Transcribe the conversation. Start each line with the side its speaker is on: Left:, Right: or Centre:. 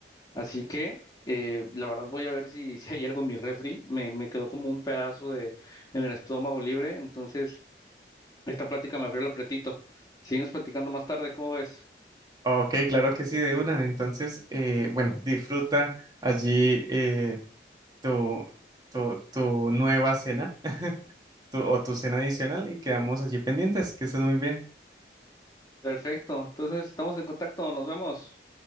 Left: Así que eh, la verdad voy a ver si, <laughs> si hay algo en mi refri. Me, me quedó como un pedazo de en el estómago libre. Entonces, esta plática me abrió el apretito. Seguimos platicando más tarde, ¿cómo ves?
Right: Ok, claro que sí, de una. Entonces, eh, bueno, disfruta allí. eh, tu, tu, tu nueva cena tu- o tu cena adicional y quedamos allí pendientes. Que estés muy bien.
Left: Perfecto. Entonces, estamos en contacto. Nos vemos.